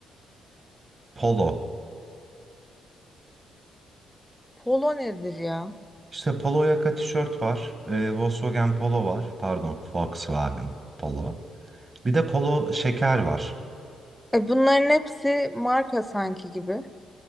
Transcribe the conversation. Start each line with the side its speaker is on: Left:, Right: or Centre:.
Right: Polo.
Centre: Polo nedir ya?
Right: İşte polo yaka tişört var. Ee, Volkswagen Polo var. Pardon, Volkswagen Polo. Bir de polo şeker var.
Centre: E, bunların hepsi marka sanki gibi.